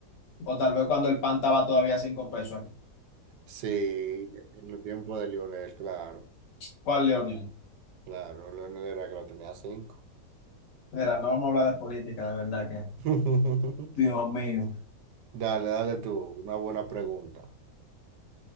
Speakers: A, on the left; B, on the right.
A: O tal vez cuando el pan estaba todavía a cinco pesos.
B: Sí, en el tiempo de Lionel, claro.
A: ¿Cuál, Leonel?
B: Claro, Lionel era que lo tenía cinco.
A: Mira, no vamos a hablar de política, de verdad que.
B: <laughs>
A: Dios mío.
B: Dale, dale tú, una buena pregunta.